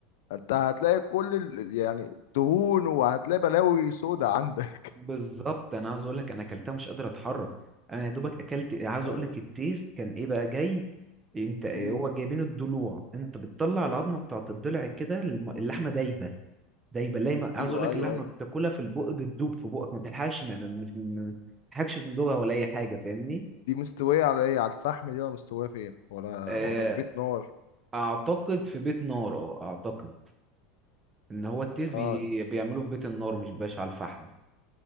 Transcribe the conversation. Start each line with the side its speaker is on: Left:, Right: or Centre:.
Left: انت هتلاقي كل ال... يعني دهون وهتلاقي بلاوي سودا عندك
Right: بالظبط انا عاوز اقول لك انا اكلتها مش قادر اتحرك انا يا دوبك اكلت عاوز
Left: <laughs> آه،
Right: اقول لك التيس كان ايه بقى جاي انت هو
Left: مم.
Right: جايبين الضلوع انت بتطلع العظمه بتاعت الضلع كده الم- اللحمه دايبه دايما دايما عاوز
Left: ايوه
Right: اقول لك
Left: ايوه
Right: اللحمه
Left: ايوه
Right: بتاكلها في البق بتدوب في بقك ما تلحقش ما ما- مش ما تلحقش تندوبها ولا اي حاجه فاهمني
Left: دي مستويه على ايه على الفحم دي ولا مستويه فين ولا
Right: آه،
Left: ولا في بيت نار
Right: اعتقد في بيت نار اه اعتقد ان هو التيس بي...
Left: اه
Right: بيعملوه في بيت النار مش باش على الفحم